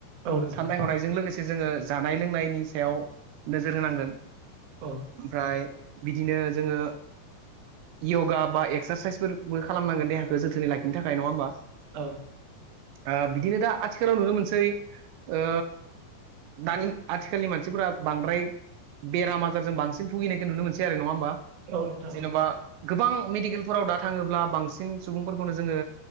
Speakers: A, on the right (about 55°); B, on the right (about 80°).
A: औ नोंथां
B: साननाय हनायजों लोगोसे जोङो जानाय लोंनायनि सायाव नोजोर होनांगोन ।
A: औ
B: ओमफ्राय बिदिनो जोङो यगा बा एक्सारसाइसफोरबो खालामनांगोन देहाखौ जोथो जोथोनै लाखिनो थाखाय नङा ओमबा?
A: औ
B: ओ बिदिनो दा आथिखालाव नुनो मोनसै ओ दानि आथिखालनि मानसिफोरा बांद्राय बेराम आजारजों बांसिन भुगिनायखो नुनो मोनसै आरो नङा होमबा?
A: औ नोंथां ।
B: जेन'बा गोबां मेडिकेलफोराव दा थाङोब्ला बांसिन सुबुंफोरखौनो जोङो